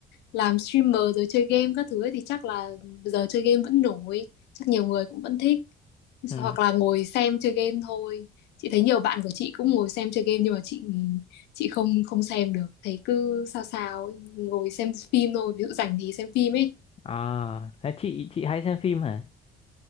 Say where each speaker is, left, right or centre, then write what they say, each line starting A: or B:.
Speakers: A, on the left; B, on the left.
A: làm streamer rồi chơi game các thứ ấy, thì chắc là giờ chơi game vẫn nổi, chắc nhiều người cũng vẫn thích
B: ừ.
A: hoặc là ngồi xem chơi game thôi. Chị thấy nhiều bạn của chị cũng ngồi xem chơi game nhưng mà chị chị không không xem được, thấy cứ sao sao ấy, ngồi xem phim thôi, ví dụ rảnh thì xem phim ấy
B: à thế chị chị hay xem phim hả